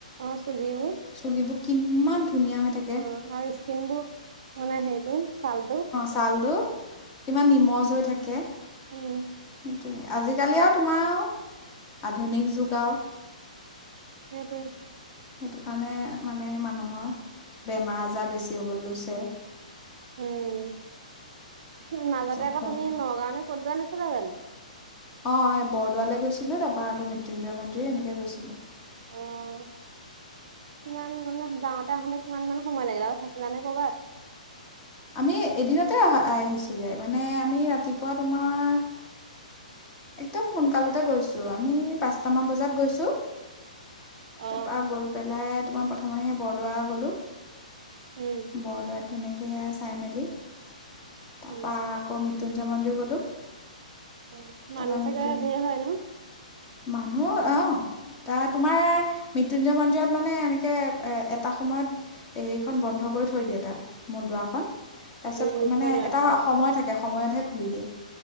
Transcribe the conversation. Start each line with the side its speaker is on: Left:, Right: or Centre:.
Right: অ' চুলিবোৰ।
Left: চুলিবোৰ কিমান ধুনীয়া হৈ থাকে।
Right: অ' আৰু স্কিনবোৰ মানে সেইটো চালটো।
Left: চালটো কিমান নিমজ হৈ থাকে।
Right: উম।
Left: সেইটোৱে। আজিকালি আৰু তোমাৰ আও আধুনিক যুগ আৰু।
Right: সেইটোৱেই।
Left: সেইটো কাৰণে মানে মানুহৰ বেমাৰ আজাৰ বেছি হ'বলৈ লৈছে।
Right: উম মাজতে
Left: তাৰপিছত
Right: আকৌ
Left: খোৱা
Right: তুমি
Left: বোৱা
Right: নগাঁওলৈ ক'ত যোৱা নাছিলা জানি?
Left: অ' বৰদোৱালৈ গৈছিলোঁ, তাৰপৰা আকৌ মৃত্যঞ্জয় মন্দিৰ এনেকৈ গৈছিলো।
Right: অ' কিমান নাজ যাওঁতে আহোঁতে কিমানমান সময় লাগিলে? আৰু থাকিলা নে কৰ'বাত?
Left: আমি এদিনতে অহা আহিছোঁগে, মানে আমি ৰাতিপুৱা তোমাৰ একদম সোনকালতে গৈছো। আমি পাঁচটামান বজাত গৈছো।
Right: অ।
Left: তাৰপৰা গৈ পেলাই তোমাৰ প্ৰথমেহে বৰদোৱা গ'লো।
Right: উম
Left: বৰদোৱাত ধুনীয়াকৈ চাই মেলি তাৰাপা
Right: উম
Left: আকৌ মৃত্যুঞ্জয় মন্দিৰ গ'লো।
Right: <inaudible>
Left: তাৰাপৰা মৃত্যুঞ্জ,
Right: ধেৰ হয় ন?
Left: মানুহ অ' এ, তোমাৰ মৃত্যুঞ্জয় মন্দিৰত মানে এনেকে এটা সময়ত এইখন বন্ধ কৰি থৈ দিয়ে তাৰ মূল দুৱাৰখন। তাৰপিছত
Right: উম এখন
Left: মানে এটা
Right: এখন।
Left: সময় থাকে, সময়তহে খুলি দিয়ে।